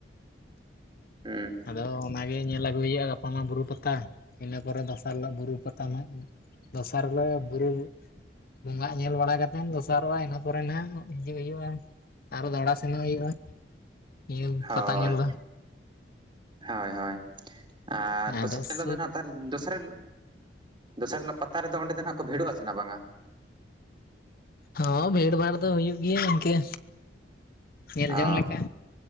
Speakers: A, on the right; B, on the left.
A: ᱦᱩᱸ
B: ᱟᱫᱚ ᱚᱱᱟᱜᱮ ᱧᱮᱞ ᱟᱹᱜᱩᱭ ᱦᱩᱭᱩᱜᱼᱟ ᱜᱟᱯᱟ ᱢᱟ ᱵᱩᱨᱩ ᱯᱟᱛᱟ, ᱤᱱᱟᱹ ᱯᱚᱨᱮ ᱫᱚᱥᱟᱨ ᱦᱤᱞᱳᱜ ᱵᱩᱨᱩ ᱯᱟᱛᱟ ᱱᱟᱜ ᱫᱚᱥᱟᱨ ᱦᱤᱞᱳ ᱵᱩᱨᱩ ᱵᱚᱸᱜᱟᱜ ᱧᱮᱞ ᱵᱟᱲᱟ ᱠᱟᱛᱮᱱ ᱫᱚᱥᱟᱨᱚᱜᱼᱟ ᱤᱱᱟᱹ ᱯᱚᱨᱮ ᱱᱟᱜ ᱦᱤᱡᱩᱜ ᱦᱩᱭᱩᱜᱼᱟ ᱟᱨᱦᱚᱸ ᱫᱟᱦᱲᱟ ᱥᱮᱱᱚᱜ ᱦᱩᱭᱩᱜᱼᱟ ᱧᱮᱞ
A: ᱦᱳᱭ,
B: ᱯᱟᱛᱟ ᱧᱮᱞ ᱫᱚ
A: ᱦᱳᱭ-ᱦᱳᱭ ᱟᱨ ᱫᱚᱥᱟᱨ
B: ᱟᱫᱚ ᱥᱩᱨ
A: ᱦᱤᱞᱳᱜ ᱫᱚ ᱱᱟᱦᱟᱸᱜ ᱛᱟᱨ ᱫᱚᱥᱟᱨ ᱦᱤᱞᱚᱜ, ᱫᱚᱥᱟᱨ ᱦᱤᱞᱚᱜ ᱯᱟᱛᱟ ᱨᱮᱫᱚ ᱚᱸᱰᱮ ᱫᱚ ᱱᱟᱦᱟᱸᱜ ᱠᱚ ᱵᱷᱤᱲᱚᱜᱼᱟ ᱥᱮ ᱱᱟᱦᱟᱸᱜ ᱵᱟᱝᱼᱟ
B: ᱦᱚᱸ ᱵᱷᱤᱲ ᱵᱷᱟᱲ ᱫᱚ ᱦᱩᱭᱩᱜ ᱜᱮᱭᱟ ᱤᱱᱠᱟᱹ᱾ ᱧᱮᱞ
A: ᱚ
B: ᱡᱚᱝ ᱞᱮᱠᱟ,